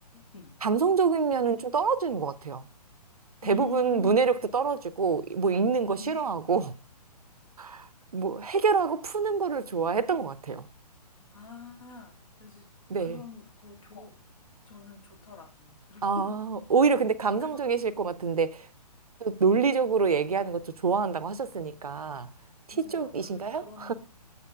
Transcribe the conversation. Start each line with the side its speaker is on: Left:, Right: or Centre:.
Left: 음.
Right: 감성적인 면은 좀 떨어지는 것 같아요. 대부분
Left: 음.
Right: 문해력도 떨어지고 뭐 읽는 거
Left: 음.
Right: 싫어하고 <laughs> 뭐 해결하고 푸는 거를 좋아했던 것 같아요.
Left: 아. 그래서
Right: 네.
Left: 그런 거 어. 좋 저는 좋더라고요. 그런
Right: 아,
Left: <laughs>
Right: 오히려 근데 감성적이실
Left: 그런
Right: 것 같은데 또 논리적으로 얘기하는 것도 좋아한다고 하셨으니까 T
Left: 맞아요.
Right: 쪽이신가요?
Left: 그 그런